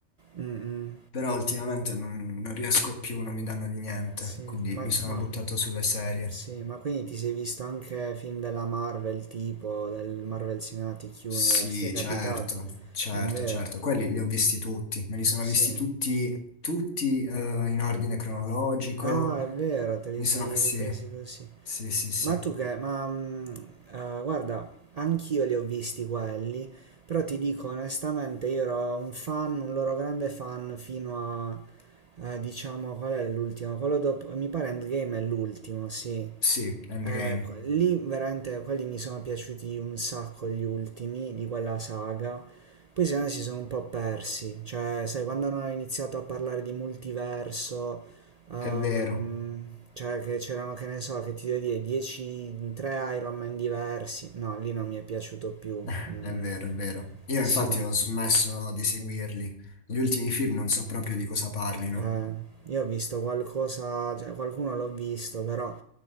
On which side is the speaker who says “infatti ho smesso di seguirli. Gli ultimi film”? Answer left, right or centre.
Left